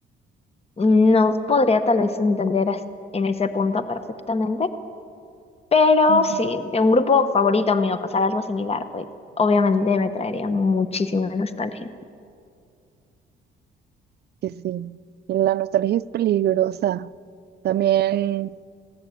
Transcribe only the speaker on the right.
Ujú.
que sí. Y la nostalgia es peligrosa. También,